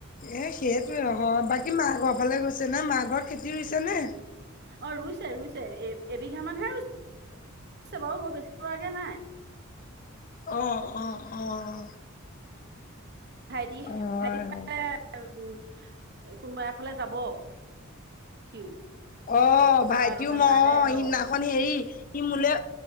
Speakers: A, on the left; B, on the right.
A: এ সেইটোৱে <inaudible> বাকী মা ঘৰৰ ফালে গৈছে নে, মাৰ ঘৰত খেতি ৰুইছে নে?
B: অ ৰুইছে-ৰুইছে এ এবিঘা মানহে ৰুই <inaudible> ৰুইছে বাৰু বৰ বেছি ৰুৱাগে নাই। <unintelligible>
A: অ অ অ অ
B: ভাইটি
A: হয়,
B: ভাইটি
A: হয়।
B: এফালে উ কোনোবা এফালে যাব সিও
A: অ
B: তাৰপা
A: ভাইটিও
B: তথাপি
A: মই
B: কাইলে
A: সিদিনা
B: অ',
A: খন হেৰি সি মোলে